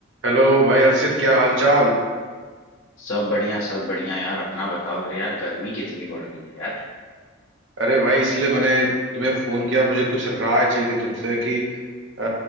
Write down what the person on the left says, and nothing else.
सब बढ़िया सब बढ़िया यार अपना बताओ अरे यार गर्मी कितनी बढ़ गई है यार